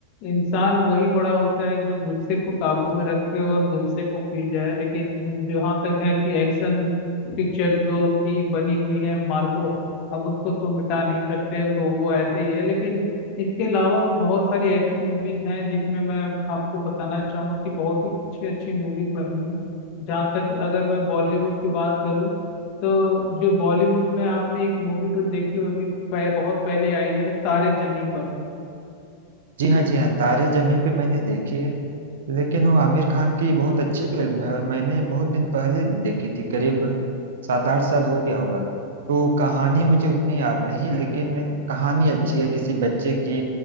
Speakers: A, on the left; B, on the right.
A: इंसान वही बड़ा होता है जो गुस्से को काबू में रखे और गुस्से को पी जाए लेकिन जहाँ तक है कि एक्शन पिक्चर जो थी बनी हुई है मार्को अब उसको तो मिटा नहीं सकते तो वो ऐसे ही है लेकिन इसके अलावा भी बहुत सारी ऐसी मूवीज हैं जिसमें मैं आपको बताना चाहूंगा कि बहुत ही अच्छी अच्छी मूवीज बनी हैं जहाँ तक अगर मैं बॉलीवुड की बात करूँ तो जो बॉलीवुड में आपने एक मूवी तो देखी होगी पह, बहुत पहले आई है तारे जमी पर
B: जी हाँ जी हाँ तारे जमी पे मैंने देखी है लेकिन वो आमिर खान की बहुत अच्छी फिल्म है और मैंने बहुत दिन पहले देखी थी करीब सात आठ साल हो गया होगा तो कहानी मुझे उतनी याद नहीं लेकिन कहानी अच्छी है किसी बच्चे की